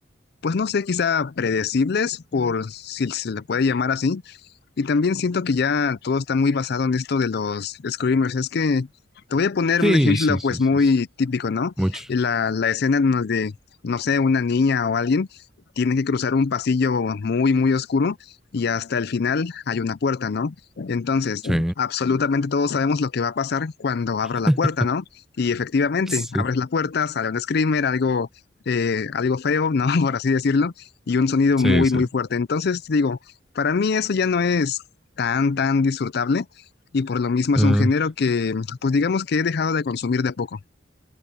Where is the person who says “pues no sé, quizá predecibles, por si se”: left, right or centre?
Left